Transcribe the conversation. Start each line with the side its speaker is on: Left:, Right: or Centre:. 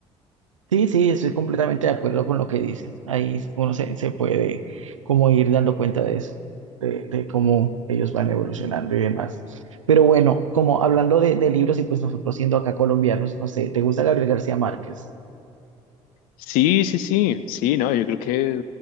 Right: Sí, sí, estoy completamente de acuerdo con lo que dices. Ahí uno se, se puede como ir dando cuenta de eso, de, de cómo ellos van evolucionando y demás. Pero bueno, como hablando de, de libros y pues nosotros siendo acá colombianos, no sé, ¿te gusta Gabriel García Márquez?
Left: Sí, sí, sí, sí, no, yo creo que